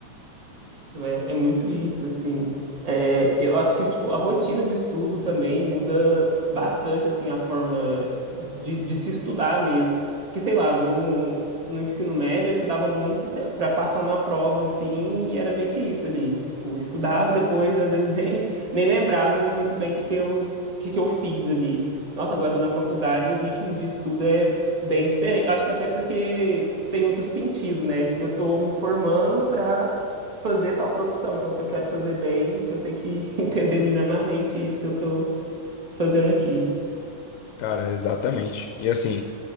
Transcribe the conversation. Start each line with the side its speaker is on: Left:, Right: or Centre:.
Right: Isso, velho, é muito isso, assim. É, eu acho que tipo, a rotina de estudo também muda bastante assim a forma de, de se estudar mesmo. Porque, sei lá, no, no ensino médio eu estudava muito para passar numa prova, assim, e era meio que isso ali. Tipo, estudava e depois, às vezes, <laughs> nem, nem lembrava muito bem o que, que, eu, o que, que eu fiz ali. Nossa, agora na faculdade o ritmo de estudo é bem diferente. Acho que até porque tem outro sentido, né? Eu tô me formando para fazer tal profissão. Então, se eu quero fazer bem, eu tenho que <laughs> entender minimamente isso que eu tô fazendo aqui.
Left: Cara, exatamente. E assim,